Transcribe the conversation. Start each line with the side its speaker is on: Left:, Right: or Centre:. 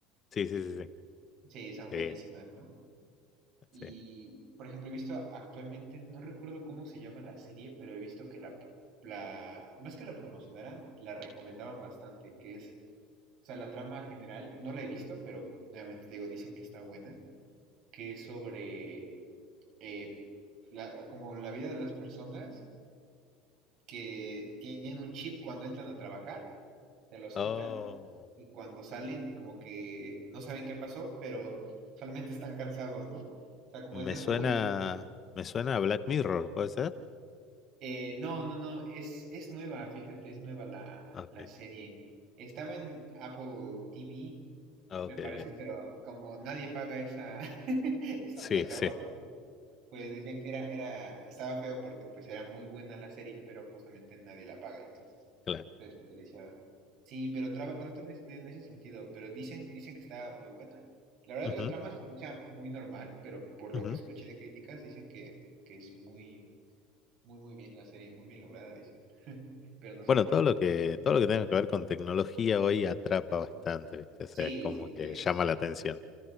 Left: sí, sí, sí, sí.
Right: Sí, son
Left: Sí,
Right: buenísimas, ¿no? Y,
Left: sí.
Right: por ejemplo, he visto actualmente, no recuerdo cómo se llama la serie, pero he visto que la, la, no es que la promocionaran, la recomendaban bastante, que es, o sea, la trama general, no la he visto, pero nuevamente te digo, dicen que está buena, que es sobre eh, la- como la vida de las personas que tienen un chip cuando entran a trabajar, se los
Left: Oh,
Right: quitan y cuando salen como que no saben qué pasó, pero solamente están cansados, ¿no? O sea, como
Left: me
Right: esas
Left: suena,
Right: dos vidas.
Left: me suena a Black Mirror, ¿puede ser?
Right: Eh, no, no, no, es, es nueva, fíjate, es nueva la,
Left: Okay,
Right: la serie. Estaba en Apple TV,
Left: okay,
Right: me parece,
Left: okay.
Right: pero como nadie paga esa, <laughs> esa
Left: Sí,
Right: plataforma,
Left: sí,
Right: pues decían que era, era, estaba feo porque pues era muy buena la serie, pero justamente nadie la paga, entonces
Left: claro.
Right: se desperdiciaba. Sí, pero traba, tratan es- de- en ese sentido, pero dicen, dicen que estaba muy buena. La verdad
Left: Ujú,
Right: la trama se escucha muy normal, pero por lo
Left: ujú.
Right: que escuché de críticas dicen que, que es muy, muy, muy bien la serie, muy bien lograda, dicen. <laughs> Pero no sé
Left: Bueno,
Right: qué tal.
Left: todo lo que, todo lo que tenga que ver con tecnología hoy atrapa bastante, ¿viste? O sea,
Right: Sí,
Left: es como
Right: sí,
Left: que
Right: sí, eso
Left: llama
Right: sí.
Left: la atención.